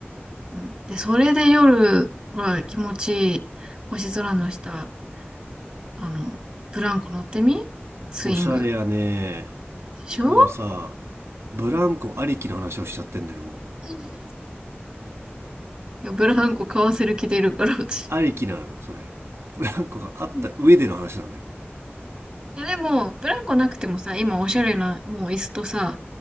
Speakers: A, on the right; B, on the right.
A: うんで、それで夜は気持ちいい星空の下、あの、ブランコ乗ってみスイング。
B: おしゃれやね
A: でしょ
B: でもさブランコありきの話をしちゃってんだよもう
A: いや、ブランコ買わせる気出るから、私。
B: ありきなのそれブランコがあった上での話なのよ
A: うんいや、でも、ブランコなくてもさ、今おしゃれな、もう椅子とさ、